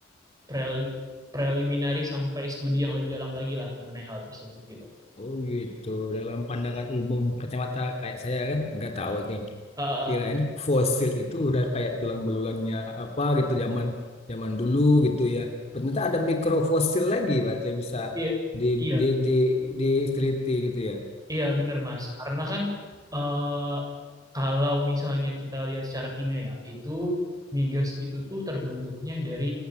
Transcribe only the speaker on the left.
oh gitu. Dalam pandangan umum kacamata kayak saya kan nggak tahu nih.
Kirain
fosil itu udah kayak tulang belulangnya apa gitu zaman zaman dulu gitu ya. Ternyata ada mikrofosil lagi berarti yang bisa
di
di di diteliti gitu ya.